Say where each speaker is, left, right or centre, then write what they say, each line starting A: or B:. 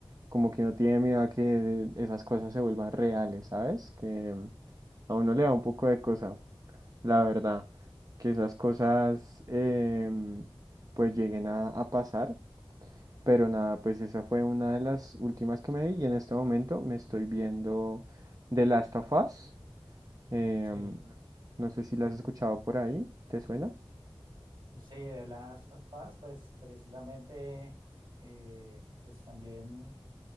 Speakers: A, on the right (about 40°); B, on the right (about 60°).
A: como que uno tiene miedo a que esas cosas se vuelvan reales, ¿sabes? Que a uno le da un poco de cosa, la verdad, que esas cosas em, pues lleguen a, a pasar, pero nada, pues esa fue una de las últimas que me vi y en este momento me estoy viendo The Last of Us. em,
B: Sí,
A: no sé si la has escuchado por ahí, ¿te suena?
B: sí, de las Us, pues precisamente, eh, pues también